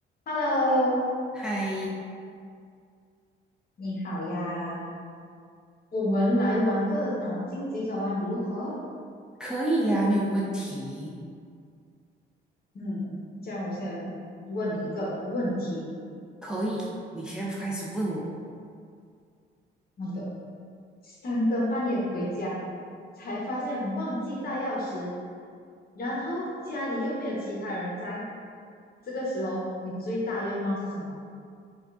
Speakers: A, on the left; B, in the centre.
A: Hello，
B: 嗨，
A: 你好呀，我们来玩个脑筋急转弯如何？
B: 可以呀、没有问题，
A: 嗯，这样，我先问你一个问题：
B: 可以。你先在开始问我，
A: 你的三更半夜回家，才发现忘记带钥匙，然后家里又没有其他人在，这个时候你最大愿望是什么？